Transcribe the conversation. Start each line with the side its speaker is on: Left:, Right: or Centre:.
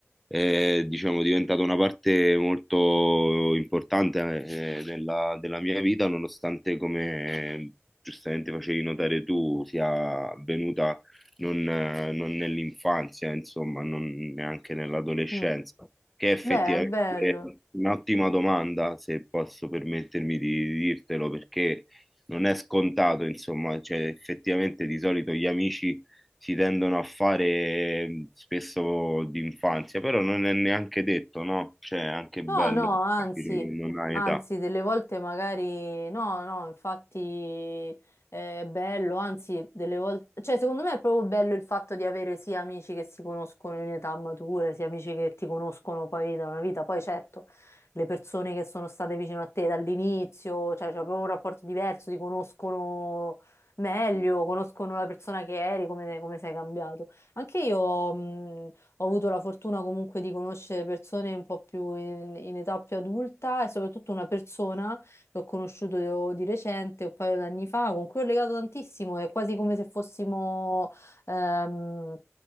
Centre: è diciamo, diventata una parte molto importante eh, della, della mia vita, nonostante, come giustamente facevi notare tu, sia avvenuta non, eh, non nell'infanzia, insomma, non neanche nell'adolescenza,
Left: Mm.
Centre: che è effettivamente
Left: Beh, è bello.
Centre: un'ottima domanda, se posso permettermi di di dirtelo, perché non è scontato, insomma, cioè, effettivamente di solito gli amici si tendono a fare spesso d'infanzia, però non è neanche detto, no? Cioè, è anche bello
Left: No, no, anzi,
Centre: capire che non hai
Left: anzi,
Centre: età.
Left: delle volte magari no, no, infatti è bello, anzi, delle volte, cioè, secondo me è proprio bello il fatto di avere sia amici che si conoscono in età matura, sia amici che ti conoscono poi da una vita. Poi certo, le persone che sono state vicino a te dall'inizio, cioè, c'è proprio un rapporto diverso, ti conoscono meglio, conoscono la persona che eri, come, come sei cambiato. Anche io, mh, ho avuto la fortuna comunque di conoscere persone un po' più in, in età più adulta e soprattutto una persona che ho conosciuto di recente, un paio d'anni fa, con cui ho legato tantissimo, è quasi come se fossimo ehm,